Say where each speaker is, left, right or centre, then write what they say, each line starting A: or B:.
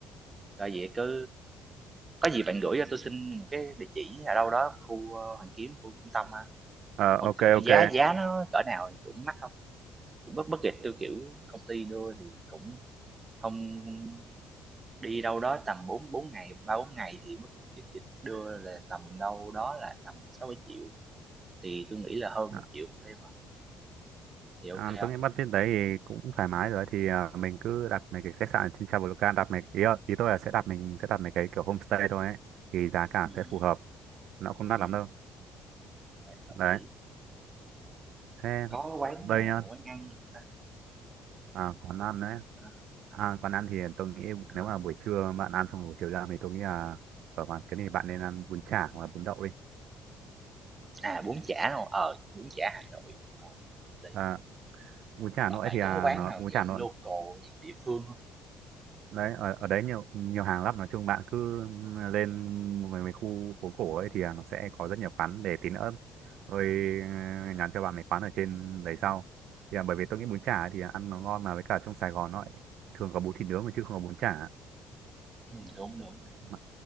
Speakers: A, on the right; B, on the right.
A: Rồi vậy cứ có gì bạn gửi cho tôi xin một cái địa chỉ ở đâu đó khu, ơ, Hoàn Kiếm, khu trung tâm ha.
B: Ờ,
A: Mà
B: ok ok
A: giá giá nó cỡ nào, cũng mắc không hông? bất bất budget tôi kiểu công ty đưa thì cũng không đi đâu đó tầm bốn bốn ngày, ba bốn ngày thì bất budget đưa là tầm đâu đó là tầm sáu 000 triệu thì tôi nghĩ là hơn
B: à,
A: một triệu 000 đêm à, thì ok
B: à,
A: không
B: tôi
A: hông?
B: nghĩ bắt budget đấy thì cũng thoải mái rồi thì à, mình cứ đặt mấy cái khách sạn ở trên Traveloka đặt mấy ý, ý tôi là sẽ đặt mình sẽ đặt mấy cái kiểu homestay thôi ấy thì giá cả
A: Ừm,
B: sẽ phù hợp nó không đắt
A: ừm,
B: lắm đâu
A: hợp
B: đấy
A: lý.
B: thế
A: Có
B: ờ,
A: quán
B: đây
A: nào,
B: nhá
A: quán ăn không ta?
B: à, quán ăn đấy
A: Ờ,
B: à, quán ăn thì tôi nghĩ
A: hông
B: nếu
A: có.
B: mà buổi trưa bạn ăn xong buổi chiều ra thì tôi nghĩ là ở quán cái này bạn nên ăn bún chả hoặc là bún đậu đi
A: À, bún chả, đúng Ờ, bún chả Hà Nội, ờ, đấy.
B: à, bún chả Hà
A: Bạn
B: nội
A: bạn
B: thì à,
A: có quán
B: nó
A: nào
B: bún
A: dạng
B: chả Hà nội
A: local, dạng địa phương không
B: đấy ở ở đấy nhiều nhiều hàng lắm nói chung bạn cứ lên mấy, mấy khu phố cổ ấy thì à, nó sẽ có rất nhiều quán để tí nữa tôi ờ, nhắn cho bạn mấy quán ở trên đấy sau thì à, bởi vì tôi nghĩ bún chả thì ăn nó ngon mà với cả trong Sài Gòn nó lại thường có bún thịt nướng mà chứ không có bún chả
A: Ừm, đúng, đúng, đúng.
B: Mà-